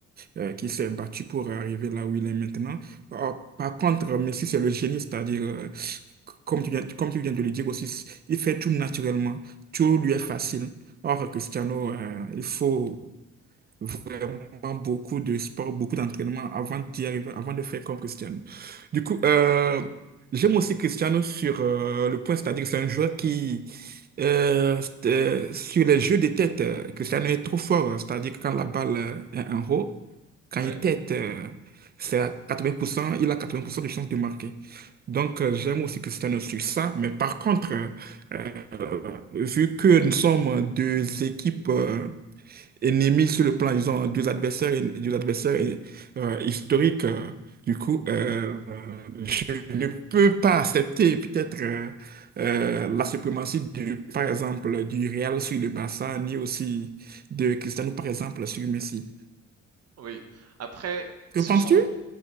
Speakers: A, on the right; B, on the right.
A: euh, qui s'est battu pour arriver là où il est maintenant. Or, par contre, Messi, c'est le génie, c'est-à-dire, euh, comme tu viens, comme tu viens de le dire aussi, il fait tout naturellement, tout lui est facile. Or, Cristiano, euh, il faut vraiment beaucoup de sport, beaucoup d'entraînement avant d'y arriver, avant de faire comme Cristiano. Du coup, euh, j'aime aussi Cristiano sur euh, le point, c'est-à-dire que c'est un joueur qui, euh, c'est, euh, sur les jeux de tête, euh, Cristiano est trop fort, hein, c'est-à-dire que quand la balle euh, est en haut, quand
B: Oui.
A: il tête, euh, c'est à 80%, il a 80% de chances de marquer. Donc, euh, j'aime aussi Cristiano sur ça, mais par contre, euh, euh, vu que nous sommes deux équipes. euh, ennemis sur le plan, ils ont deux adversaires, et- deux adversaires et, euh, historiques. euh, Du coup, euh, je ne peux pas accepter peut-être euh, euh, la suprématie du, par exemple, du Real sur le Barça, ni aussi de Cristiano, par exemple, sur Messi.
B: Oui. Après,
A: Que
B: ce
A: penses-tu?
B: sont,